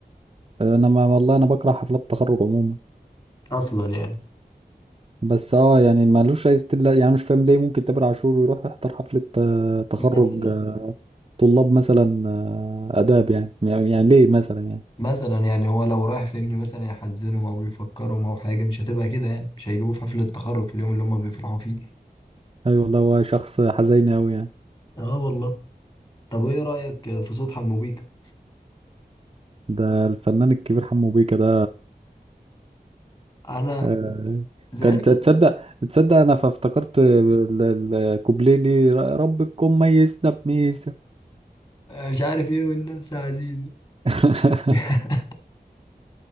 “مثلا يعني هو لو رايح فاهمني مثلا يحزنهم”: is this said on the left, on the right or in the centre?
Left